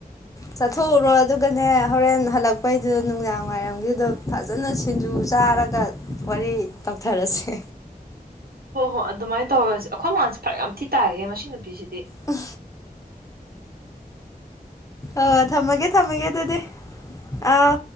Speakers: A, on the left; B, on the right.
A: ꯆꯠꯊꯣꯛꯎꯔꯣ ꯑꯗꯨꯒꯅꯦ ꯍꯣꯔꯦꯟ ꯍꯜꯂꯛꯄꯩꯗꯨꯗ ꯅꯨꯡꯗꯥꯡ ꯋꯥꯏꯔꯝꯒꯤꯗ ꯐ ꯐꯖꯅ ꯁꯤꯡꯖꯨ ꯆꯥꯔꯒ ꯋꯥꯔꯤ ꯇꯧꯊꯔꯁꯦ
B: ꯍꯣꯏ ꯍꯣꯏ ꯑꯗꯨꯃꯥꯏꯅ ꯇꯧꯔꯁꯤ ꯑꯩꯈꯣꯏ ꯃꯥꯁꯦ ꯐꯔꯛ ꯌꯥꯝ ꯊꯤ ꯇꯥꯢꯌꯦ ꯃꯁꯤ ꯅꯨꯄꯤꯁꯤꯗꯤ
A: ꯎꯝ <inaudible> ꯑ ꯊꯝꯃꯒꯦ ꯊꯝꯃꯒꯦ ꯑꯗꯨꯗꯤ ꯑꯥꯎ